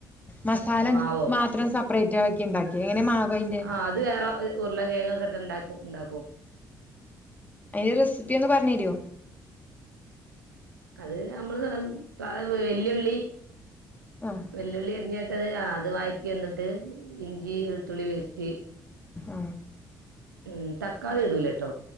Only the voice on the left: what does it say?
മസാല
മാത്രം സെപ്പറേറ്റ് ആക്കി ഉണ്ടാക്കി എങ്ങനെ അയിന്റെ
അതിന്റെ റെസിപ്പി ഒന്ന് പറഞ്ഞു തരോ
ആഹ്
ആഹ്